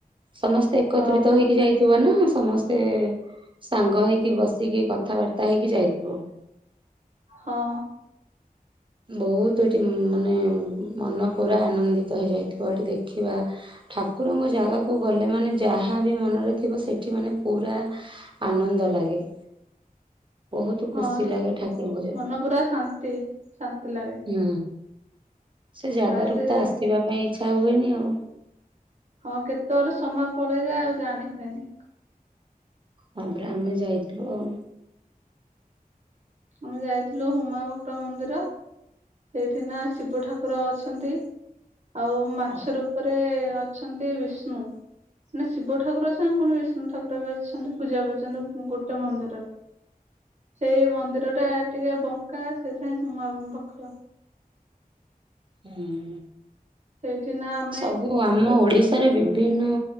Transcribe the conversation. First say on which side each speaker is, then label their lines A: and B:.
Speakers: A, on the right (about 35°); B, on the right (about 50°).
A: ସମସ୍ତେ ଏକତ୍ରିତ
B: ହଁ
A: ହେଇକି ଯାଇ ଥିବନା ସମସ୍ତେ ସାଙ୍ଗ ହେଇକି ବସିକି କଥାବାର୍ତ୍ତା ହେଇକି ଯାଇଥିବ।
B: ହଁ।
A: ବହୁତ ଏଠି ମାନେ ମନ ପୁରା ଆନନ୍ଦିତ ହେଇଯାଇଥିବ, ଏଠି ଦେଖିବା ଠାକୁରଙ୍କ ଜାଗାକୁ ଗଲେ ମାନେ ଯାହାବି ମନରେ ଥିବ, ସେଠି ମାନେ ପୁରା ଆନନ୍ଦ ଲାଗେ। ବହୁତ ଖୁସି
B: ହଁ ତ
A: ଲାଗେ ଠାକୁରଙ୍କ ଜାଗା
B: ମନ ପୁରା ଶାନ୍ତି, ଶାନ୍ତି ଲାଗେ।
A: ହୁଁ, ସେ ଜାଗାରୁତ
B: ଫାଷ୍ଟ ଯାଇ
A: ଆସିବା ପାଇଁ ଇଚ୍ଛା ହୁଏନି ଆଉ।
B: ହଁ କେତେବେଳେ ସମୟ ପଳେଇଯାଏ, ଆଉ ଜାଣି ହୁଏନି।
A: ହଁ ପରା ଆମେ ଯାଇଥିଲୁ ଆଉ।
B: ଆମେ ଯାଇଥିଲୁ ହୁମାବକ୍ର ମନ୍ଦିର, ସେଇଠିକି ନା ଶିବ ଠାକୁ କୁର ଅଛନ୍ତି, ଆଉ ମାଛ
A: ହଁ
B: ରୂପରେ ଅଛନ୍ତି ବିଷ୍ଣୁ। ନା ଶିବଠାକୁର ଅଛନ୍ତି ପୁଣି ବିଷ୍ଣୁଠାକୁର ବି ଅଛନ୍ତି, ପୂଜା କରୁଛନ୍ତି ଗୋଟେ ମନ୍ଦିର। ସେ ମନ୍ଦିରଟା ଟିକେ ବଙ୍କା ସେଥିପାଇଁ ହୁମାବକ୍ର।
A: ହୁଁ।
B: ସେଇଠି ନାମ
A: ସବୁ ଆମ ଓଡିଶାରେ ବିଭିନ୍ନ